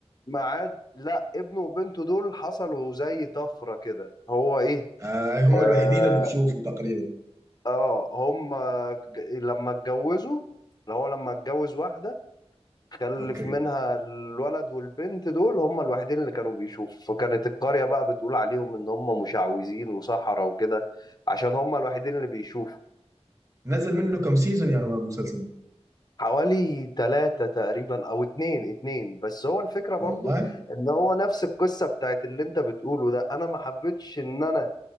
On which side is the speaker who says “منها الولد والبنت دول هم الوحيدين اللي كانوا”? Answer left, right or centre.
Left